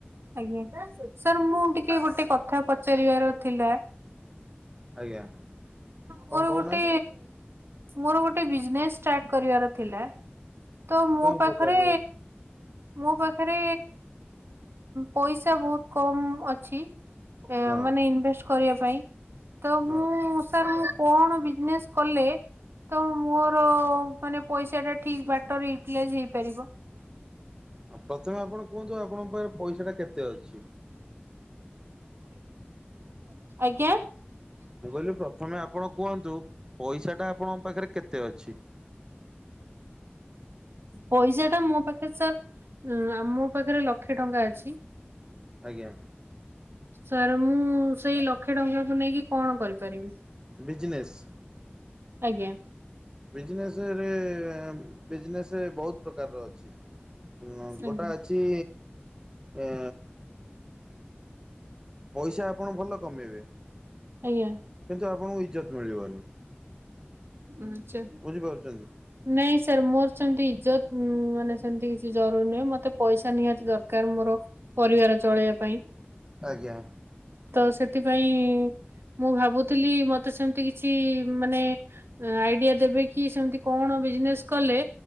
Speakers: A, on the right; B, on the right.
A: ଆଜ୍ଞା ସାର୍ ମୁଁ ଟିକେ ଗୋଟେ କଥା ପଚାରିବାର ଥିଲା?
B: ଆଜ୍ଞା
A: ମୋର
B: କଣ କହୁନାହାନ୍ତି
A: ଗୋଟେ ମୋର ଗୋଟେ ବିଜନେସ୍ ଷ୍ଟାର୍ଟ କରିବାର ଥିଲା ତ ମୋ
B: କେଉଁ
A: ପାଖରେ
B: ପ୍ରକାରର
A: ମୋ ପାଖରେ ପଇସା ବହୁତ କମ ଅଛି ଏ
B: ହଁ
A: ମାନେ ଇନଭେଷ୍ଟ କରିବା ପାଇଁ। ତ ମୁଁ
B: ହଁ
A: ସାର୍ ମୁଁ କଣ ବିଜନେସ କଲେ ତ ମୋର ମାନେ ପଇସା ଟା ଠିକ ବାଟରେ ୟୁଟିଲାଇଜ ହେଇପାରିବ?
B: ପ୍ରଥମେ ଆପଣ କୁହନ୍ତୁ ଆପଣଙ୍କ ପାଖରେ ପଇସା ଟା କେତେ ଅଛି।
A: ଆଜ୍ଞା।
B: ମୁଁ କହିଲି ପ୍ରଥମେ ଆପଣ କୁହନ୍ତୁ ପଇସାଟା ଆପଣଙ୍କ ପାଖରେ କେତେ ଅଛି?
A: ପଇସା ଟା ମୋ ପାଖରେ ସାର୍ ମୋ ପାଖରେ ଲକ୍ଷେ ଟଙ୍କା ଅଛି।
B: ଆଜ୍ଞା
A: ସାର୍ ମୁଁ ସେଇ ଲକ୍ଷେ ଟଙ୍କାକୁ ନେଇକି କଣ କରିପାରିବି।
B: ବିଜନେସ?
A: ଆଜ୍ଞା।
B: ବିଜନେସ ରେ ବିଜନେସ ବହୁତ ପ୍ରକାରର ଅଛି। ଉ
A: ଆଜ୍ଞା।
B: ଗୋଟା ଅଛି ଆ ପଇସା ଆପଣ ଭଲ କମେଇବେ
A: ଆଜ୍ଞା
B: କିନ୍ତୁ ଆପଣଙ୍କୁ ଇଜ୍ଜତ ମିଳିବନି।
A: ଆଚ୍ଛା।
B: ବୁଝିପାରୁଛନ୍ତି?
A: ନାଇଁ ସାର୍ ମୋର ସେମିତି ଇଜ୍ଜତ ମାନେ ସେମିତି କିଛି ଜରୁରୀ ନୁହଁ। ମୋତେ ପଇସା ନିହାତି ଦରକାର ମୋର ପରିବାର ଚଳେଇବା ପାଇଁ
B: ଆଜ୍ଞା
A: ତ ସେଥିପାଇଁ ମୁଁ ଭାବୁଥିଲି ମତେ ସେମିତି କିଛି ମାନେ ଆଇଡିଆ ଦେବେ କି ସେମିତି କଣ ବିଜନେସ୍ କଲେ